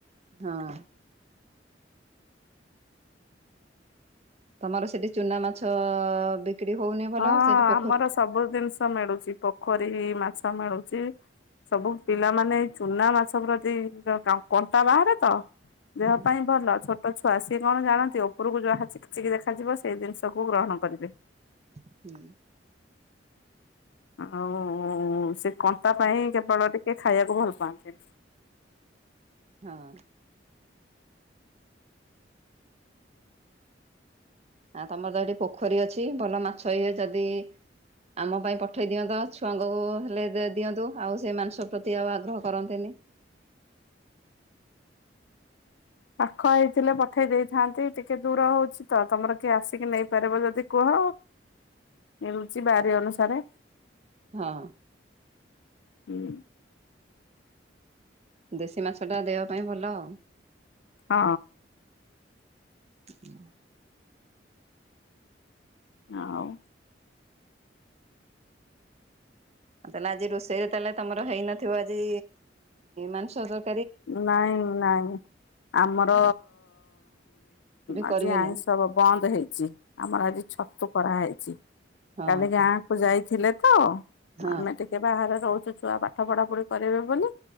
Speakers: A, on the right; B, on the left.
A: ହଁ। ତମର ସେଠି ଚୁନାମାଛ ବି କ୍ରି ହଉନି ଭଲ
B: ହଁ,
A: ସେଇଠି
B: ଆମର
A: ପୋଖରୀ
B: ସବୁ ଜିନିଷ ମିଳୁଛି ପୋଖରୀରେ ମାଛ ମିଳୁଛି। ସବୁ ପିଲାମାନେ ଚୁନାମାଛ ପ୍ରତି କଣ୍ଟା ବାହାରେ ତ ଦେହ
A: ହଁ
B: ପାଇଁ ଭଲ। ଛୋ ଛୋଟ ଛୁଆ ସିଏ କଣ ଜାଣନ୍ତି ଉପରକୁ ଯାହା ଚିକ୍ ଚିକ୍ ଦେଖାଯିବ ସେଇ ଜିନିଷକୁ ଗ୍ରହଣ କରିବେ।
A: ହୁଁ।
B: ଆଉ ସେ କଣ୍ଟା ପାଇଁ କେବଳ ଟିକେ ଖାଇବାକୁ ଭଲ ପାଆନ୍ତିନି।
A: ହଁ। ଆଉ ତମର ତ ଏଠି ପୋଖରୀ ଅଛି ଭଲ ମାଛ ଇଏ ଯଦି ଆମ ପାଇଁ ପଠେଇ ଦିଅନ୍ତ ଛୁଆଙ୍କୁ ହେଲେ ଦିଅନ୍ତୁ ଆଉ ସେ ମାଂସ ପ୍ରତି ଆଉ ଆଗ୍ରହ କରନ୍ତେନି।
B: ପାଖ ହେଇଥିଲେ ପଠେଇ ଦେଇଥାନ୍ତି ଟିକେ ଦୂର ହଉଛି ତ ତମର କିଏ ଆସିକି ନେଇପାରିବ ଯଦି କୁହ
A: <inaudible>
B: ମିଳୁଛି ବାରି ଅନୁସାରେ
A: ହଁ।
B: ହୁଁ।
A: ଦେଶୀ ମାଛ ଟା ଦେବା ପାଇଁ ଭଲ ଆଉ।
B: ହଁ।
A: ହୁଁ
B: ଆଉ।
A: ଆଉ ତାହେଲେ ଆଜି ରୋଷେଇରେ ତାହେଲେ ତମର ହେଇନଥିବ ଆଜି ମାଂସ ତ
B: ନାଇଁ ନାଇଁ। ଆମର
A: ବି
B: ଆଜି
A: କରିବେନି
B: ଆଇଁଷ
A: ଆଉ
B: ବ ବନ୍ଦ ହେଇଛି। ଆମର ଆଜି ଛତୁ କରା ହେଇଚି
A: ହଁ
B: କାଲି ଗାଁ ଯାଇଥିଲେ ତ
A: ହଁ ହଁ
B: ଆମେ ଟିକେ ବାହାରେ ରହୁଚୁ ଛୁଆ ପାଠ ପଢା ପଢି କରିବେ ବୋଲି।